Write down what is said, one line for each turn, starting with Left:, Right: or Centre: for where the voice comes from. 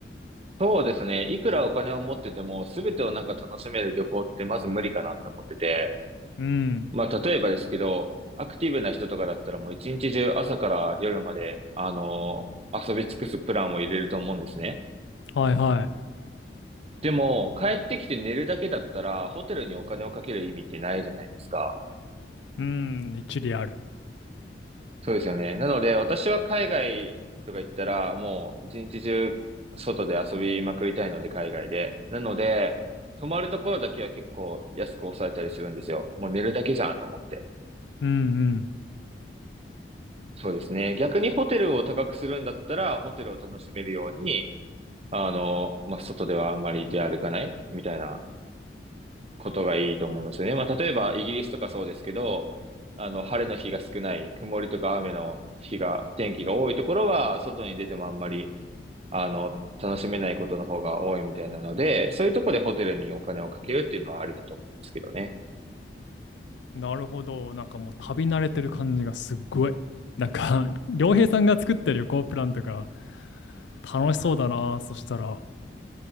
Right: そうですね。いくらお金を持ってても、すべてをなんか楽しめる旅行ってまず無理かなって思ってて。
Left: うん。
Right: まあ、例えばですけど、アクティブな人とかだったらもう一日中朝から夜まで、あの遊び尽くすプランを入れると思うんですね。
Left: はいはい。
Right: でも、帰ってきて寝るだけだったら、ホテルにお金をかける意味ってないじゃないですか。
Left: うん、一理ある。
Right: そうですよね。なので、私は海外とか行ったら、もう一日中外で遊びまくりたいので、海外で。なので、泊まるところだけは結構安く抑えたりするんですよ。もう寝るだけじゃんと思って。
Left: うん
Right: そうですね。逆にホテルを高くするんだったら、ホテルを楽しめるように、あの、まあ、外ではあんまり出歩かないみたいなことがいいと思うんですよね。まあ、例えばイギリスとかそうですけど、あの、晴れの日が少ない、曇りとか雨の日が、天気が多いところは、外に出てもあんまり、あの、楽しめないことの方が多いみたいなので、そういうところでホテルにお金をかけるっていうのはありだと思うんですけどね。
Left: うん。なるほど。なんかもう旅慣れてる感じがすっごい。なんか、<laughs> 良平さんが作った旅行プランとか楽しそうだな。そしたら。